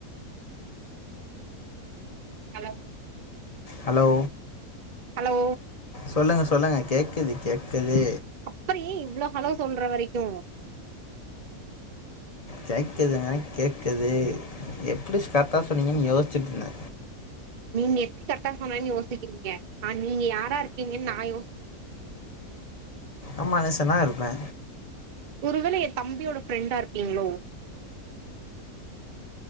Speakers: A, on the right; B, on the left.
A: அலோ
B: ஹலோ
A: ஹலோ
B: சொல்லுங்க சொல்லுங்க கேக்குது கேக்குது
A: அப்பறோ ஏ இவ்ளோ ஹலோ சொல்ற வரைக்கு
B: கேக்குதுங்க கேக்குது எப்டி ஸ்கர்ட்டா சொன்னீங்கன்னு யோஸ்ச்சுட்டு இருந்த
A: நீங்க எப்டி கரட்டா சொன்னேனு யோசிக்கிறீங்க ஆ நீங்க யாரா இருக்கீங்கன்னு நா யோ
B: அம்மா நெச தா இருப்பே
A: ஒருவேள என் தம்பியோட ஃப்ரெண்டா இருப்பீங்ளோ